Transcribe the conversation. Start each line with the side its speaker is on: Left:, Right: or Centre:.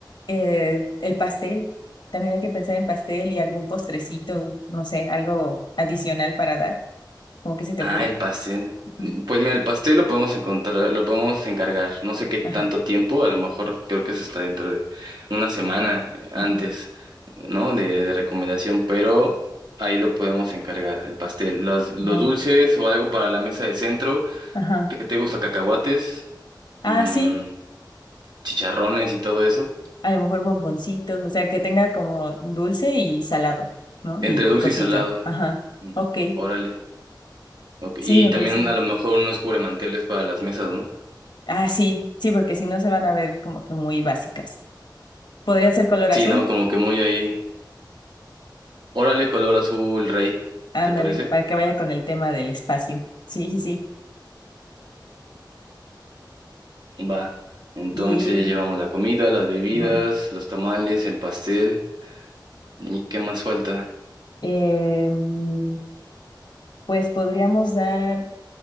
Left: eh, el pastel, también hay que pensar en pastel y algún postrecito, no sé, algo adicional para dar. ¿Cómo que se te
Right: Ah,
Left: ocurre?
Right: el pastel.
Left: Ujú,
Right: Pues mira, el pastel lo podemos encontrar, lo podemos encargar. No sé qué tanto
Left: Ajá,
Right: tiempo, a lo mejor creo que se está dentro de una semana eh, antes,
Left: ajá,
Right: ¿no? De, de recomendación, pero ahí lo podemos encargar, el pastel. Los, los
Left: ajá,
Right: dulces o algo para la mesa de centro.
Left: ajá.
Right: ¿Qué te gusta? Cacahuates,
Left: Ah,
Right: mm,
Left: sí.
Right: chicharrones y todo eso.
Left: a lo mejor bomboncitos, o sea, que tenga como dulce y salado, ¿no?
Right: Entre
Left: Y picosito.
Right: dulce y salado.
Left: Ajá.
Right: Mm,
Left: Ok.
Right: órale. Ok,
Left: Sí,
Right: Y
Left: me parece.
Right: también a lo mejor unos cubremanteles para las mesas, ¿no?
Left: Ah, sí, sí, porque si no se van a ver como que muy básicas. Podría ser color
Right: Sí,
Left: azul.
Right: ¿no? Como que muy ahí. Órale, color azul, rey.
Left: Ándale,
Right: ¿Te parece?
Left: para que vaya con el tema del espacio. Sí, sí, sí.
Right: Va. Entonces
Left: Y
Right: llevamos la comida, las bebidas,
Left: ajá.
Right: los tamales, el pastel. ¿Y qué más falta?
Left: Em, pues podríamos dar,